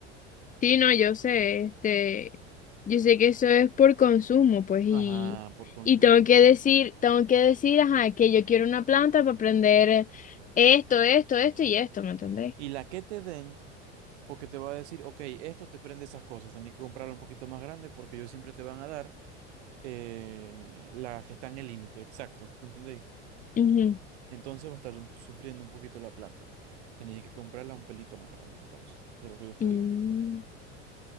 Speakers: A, on the left; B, on the right.
A: Sí, no, yo sé, este, yo sé que eso es por consumo, pues, y,
B: Ajá, por consumo.
A: y tengo que decir, tengo que decir, ajá, que yo quiero una planta para aprender esto, esto, esto y esto, ¿me entendéis?
B: Y la que te den, porque te va a decir, ok, esto te prende esas cosas, tenés que comprarla un poquito más grande porque ellos siempre te van a dar eh, las que están en el límite, exacto, ¿entendéis?
A: Ujú.
B: Entonces va a estar un- sufriendo un poquito la planta. Tenés que comprarla un pelito más grande, entonces, de lo que ellos te
A: Mm,
B: digan.